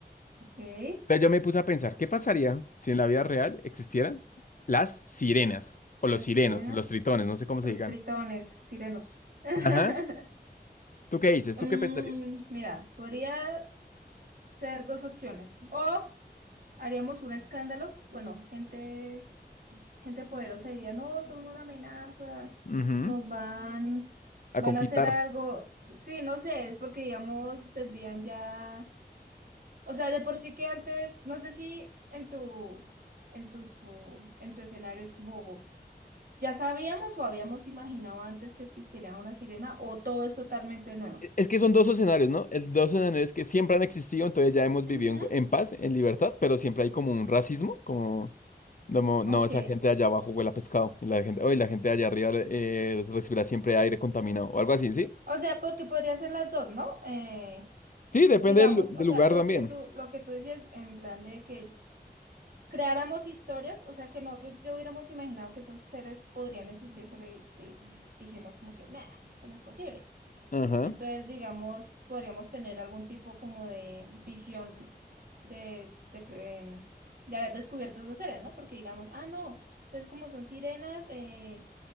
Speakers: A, on the right (about 55°); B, on the left (about 50°).
A: Ok.
B: Entonces yo me puse a pensar, ¿qué pasaría si en la vida real existieran las sirenas o los
A: La
B: sirenos,
A: sirena.
B: los tritones, no sé cómo se
A: Los
B: digan?
A: tritones, sirenos.
B: Ajá.
A: <laughs>
B: ¿Tú qué dices?
A: Mm,
B: ¿Tú qué pensarías?
A: mira, podría ser dos opciones. O haríamos un escándalo. Bueno, gente. gente poderosa diría, no, son una amenaza,
B: Ujú.
A: nos van, van
B: A conquistar.
A: a hacer algo. Sí, no sé, es porque, digamos, tendrían ya, o sea, de por sí que antes, no sé si en tu, en tu, tu- en tu escenario es como, ya sabíamos o habíamos imaginado antes que existiría una sirena o todo es totalmente nuevo.
B: E- Es que son dos escenarios, ¿no? El dos escenarios que siempre han existido, entonces ya hemos
A: Ujú.
B: vivido en, en paz, en libertad, pero siempre hay como un racismo, como, no,
A: Ok.
B: no, esa gente de allá abajo huele a pescado, y la gente, oye, la gente de allá arriba eh, recibirá siempre aire contaminado, o algo así, ¿sí?
A: O sea, porque podría ser las dos, ¿no? Eh,
B: Sí, depende
A: digamos,
B: del, del
A: o sea,
B: lugar
A: los
B: también.
A: que tú, lo que tú decías en plan de que creáramos historias, o sea, que nosotros ya hubiéramos imaginado que esos seres podrían existir, pero di- di- dijimos como que, nada, eso no es posible.
B: Ajá,
A: Entonces, digamos, podríamos tener algún tipo como de visión de, de, que, em, de haber descubierto esos seres, ¿no? Porque digamos, ah, no, entonces como son sirenas, eh,